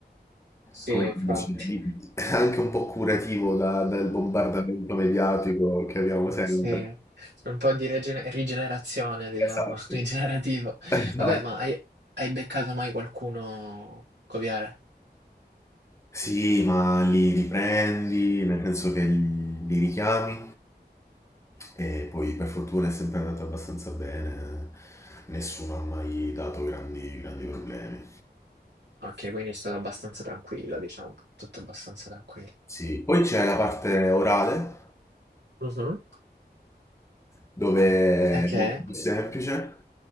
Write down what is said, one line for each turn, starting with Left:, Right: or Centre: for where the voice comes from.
Right: Sì,
Left: come
Right: infatti.
Left: dici, di- <laughs> anche un po' curativo da- dal bombardamento mediatico che abbiamo
Right: Eh
Left: sempre.
Right: Sì, un po' di regen- rigenerazione, diciamo,
Left: Esatto,
Right: <laughs> rigenerativo.
Left: <laughs> esatto.
Right: Vabbè, ma hai, hai beccato mai qualcuno copiare?
Left: Sì, ma li riprendi, nel senso che li, li richiami e poi per fortuna è sempre andata abbastanza bene, nessuno ha mai dato grandi, grandi problemi.
Right: Ok, quindi è stato abbastanza tranquillo, diciamo, tutto abbastanza tranquillo.
Left: Sì, poi c'è la parte orale
Right: Mhm.
Left: dove
Right: Ok.
Left: è molto più semplice